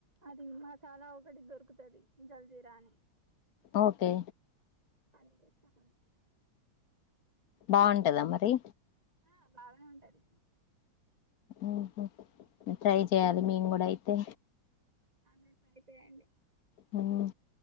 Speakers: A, on the right (about 20°); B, on the left (about 65°).
A: అది మసాలా ఒకటికి దొరుకుతది జల్దీ రాని
B: ఓకే
A: <unintelligible>
B: బాగుంటదా మరి
A: అ బాగానే ఉంటాది
B: మ్ హు ట్రై
A: ఒకసారి
B: చేయాలి మేము కూడా అయితే
A: <unintelligible> అయిపోయాఅండి
B: మ్